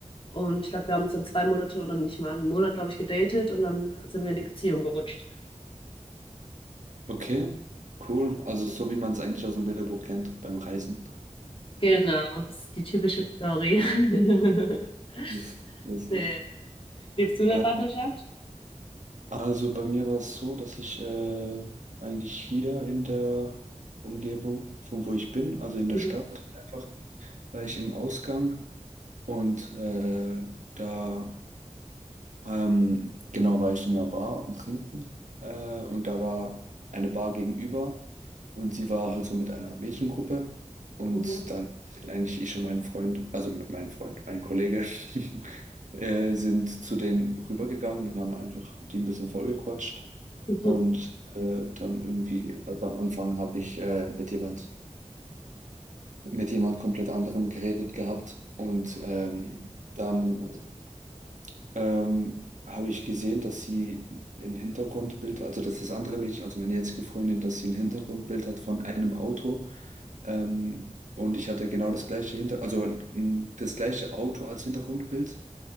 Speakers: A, on the left; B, on the right.
A: Und ich glaube, wir haben uns dann zwei Monate oder nicht mal einen Monat, glaube ich, gedatet und dann sind wir in die Beziehung gerutscht.
B: Okay, cool. Also so wie man es eigentlich aus dem Bilderbuch kennt beim Reisen.
A: Genau, das ist die typische Story. <laughs>
B: Das ist lustig.
A: nee. Lebst du in
B: Ähm,
A: einer Partnerschaft?
B: also bei mir war es so, dass ich äh, eigentlich hier in der Umgebung, von wo ich bin, also in der
A: Mhm.
B: Stadt einfach, war ich im Ausgang und äh, da ähm, genau war ich in einer Bar und trinken äh, und da war eine Bar gegenüber und sie war halt so mit einer Mädchengruppe und
A: Mhm.
B: dann sind eigentlich ich und mein Freund, also mit meinem Freund, mein Kollege, <laughs> äh, sind zu denen rübergegangen und haben einfach die ein bisschen vollgequatscht
A: Mhm.
B: und äh, dann irgendwie, also am Anfang habe ich äh, mit jemand mit jemand komplett anderem geredet gehabt. Und ähm, dann ähm, habe ich gesehen, dass sie ein Hintergrundbild, also dass das andere Mädchen, also meine jetzige Freundin, dass sie ein Hintergrundbild hat von einem Auto ähm, und ich hatte genau das gleiche Hinter, also n- das gleiche Auto als Hintergrundbild.